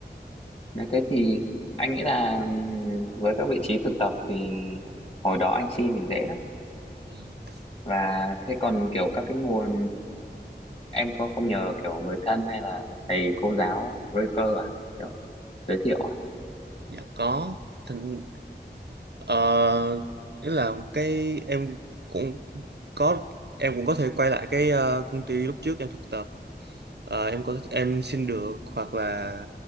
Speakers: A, on the left; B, on the right.
A: nếu thế thì anh nghĩ là ừm, với các vị trí thực tập thì hồi đó anh xin thì dễ lắm
B: dạ,
A: và thế còn kiểu các cái nguồn em có không nhờ kiểu người thân hay là thầy cô giáo refer à kiểu giới thiệu à
B: dạ có Thỉnh- Ờ, nghĩa là cái em cũng có em cũng có thể quay lại cái ờ, công ty lúc trước em thực tập Ờ, em có em xin được hoặc là